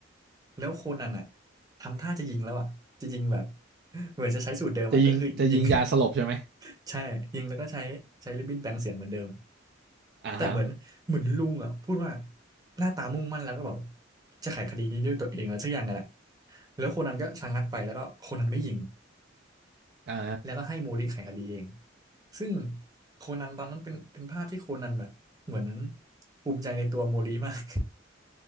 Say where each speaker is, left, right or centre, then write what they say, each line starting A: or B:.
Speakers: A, on the right (about 20°); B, on the right (about 55°).
A: แล้วโคนันอ่ะทำท่าจะยิงแล้วอ่ะจะยิงแบบเหมือนจะใช้สูตรเดิมอ่ะก็คือยิง
B: จะยิงจะยิงยาสลบใช่ไหม
A: <laughs> ใช่ยิงแล้วก็ใช้ใช้ริบบิ้นแปลงเสียงเหมือนเดิม
B: อ่าฮะ
A: แต่เหมือนเหมือนลุงอ่ะพูดว่าหน้าตามุ่งมั่นแล้วก็แบบจะไขคดีนี้ด้วยตัวเองแล้วสักอย่างกันแหละแล้วคนนั้นก็ชะงักไปแล้วก็คนนั้นไม่ยิง
B: อ่า
A: แล้วก็ให้โมริไขคดีเองซึ่งโคนันตอนนั้นเป็นเป็นภาพที่โคนันแบบเหมือนภูมิใจในตัวโมริมาก